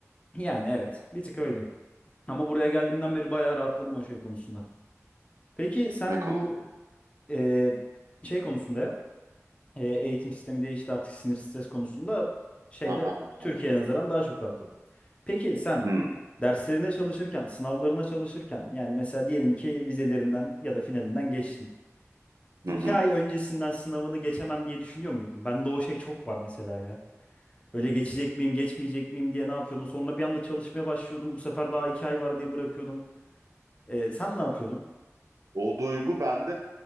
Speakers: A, on the left; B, on the right.
A: Yani evet bir tık öyle. Ama buraya geldiğimden beri bayağı rahatladım o şey konusunda. Peki sen
B: Ne konu?
A: bu eee, şey konusunda e, eğitim sistemi değişti artık sinir stres konusunda şeyde
B: Ha, ha,
A: Türkiye'ye
B: ha.
A: nazaran daha çok rahatladım. Peki sen
B: Hı,
A: derslerine çalışırken, sınavlarına çalışırken yani mesela diyelim ki vizelerinden ya da finalinden geçtin.
B: hı,
A: İki
B: hı.
A: ay öncesinden sınavını geçemem diye düşünüyor muydun? Bende o şey çok var mesela ya. Böyle geçecek miyim, geçmeyecek miyim diye ne yapıyordum? Sonra bir anda çalışmaya başlıyordum. Bu sefer daha iki ay var diye bırakıyordum. E, sen ne yapıyordun?
B: O duygu bende